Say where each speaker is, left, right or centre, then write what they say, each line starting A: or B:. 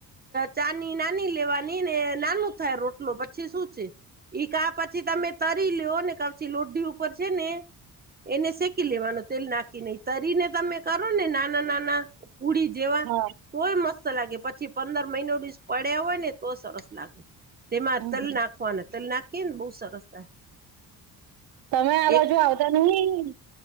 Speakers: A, on the right; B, on the right.
A: ચાની નાની લેવાની ને નાનું થાય રોટલો પછી શું છે. ઈ કા પછી તમે તરી લ્યો ને પછી લોઢી ઉપર છે ને એને શે. લેવાનો તેલ નાખી નહી તરીને તમે કરો ને નાના નાના પુડી. જેવા
B: હા
A: તોય મસ્ત લાગે પછી પંદર મહિનો દિવસ પડ્યા હોય ને તો સરસ લાગે. તેમાં
B: હમ
A: તલ
B: હમ
A: નાખવાના તલ નાખીએ ને બહુ સરસ. થાય
B: તમે આ
A: એક
B: બાજુ આવતા નહીં